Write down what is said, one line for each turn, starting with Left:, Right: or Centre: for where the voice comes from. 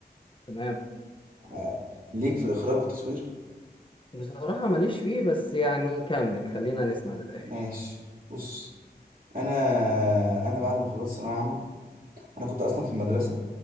Left: تمام
Right: آه، ليك في الاخراج والتصوير
Left: بصراحة ماليش فيه بس يعني كمل خلينا نسمع للآخر
Right: ماشي بص انا انا بعد ما خلصت ثانويه عامه انا كنت اصلا في المدرسه